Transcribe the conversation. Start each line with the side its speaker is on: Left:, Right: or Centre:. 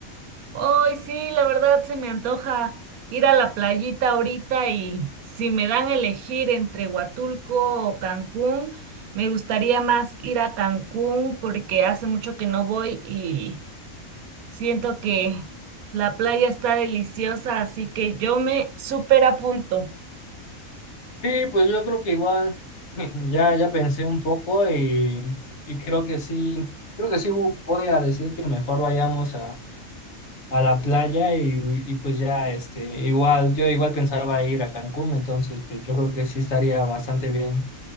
Right: Hoy sí, la verdad se me antoja ir a la playita ahorita y si me dan a elegir entre Huatulco o Cancún, me gustaría más ir a Cancún porque hace mucho que no voy y... Siento que la playa está deliciosa, así que yo me súper apunto.
Left: Sí, pues yo creo que igual <laughs> ya, ya pensé un poco y, y creo que sí, creo que sí vo- voy a decir que mejor vayamos a, a la playa y, y pues ya este, igual, yo igual pensaba ir a Cancún, entonces pues yo creo que sí estaría bastante bien